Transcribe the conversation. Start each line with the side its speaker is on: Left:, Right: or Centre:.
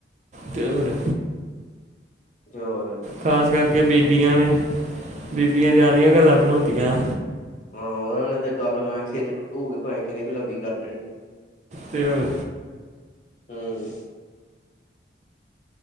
Right: ਤੇ ਹੋਰ।
Left: ਤੇ ਹੋਰ।
Right: ਖਾਸ ਕਰਕੇ ਬੀਬੀਆਂ ਨੇ, ਬੀਬੀਆਂ ਜੀਆਰੀਆਂ ਗੱਲਾਂ ਬਣਾਉਂਦੀਆਂ।
Left: ਆਂ ਓਨਾਂ ਨੇ ਤੇ ਗੱਲ ਮੈਂ ਖੇ ਖੂ ਕੇ ਪਾਯੇ ਕਿਨੇ ਵੀ ਲੰਬੀ ਕਰ ਦੇਣੀ।
Right: ਤੇ ਯੋਰ।
Left: ਹੁੰ।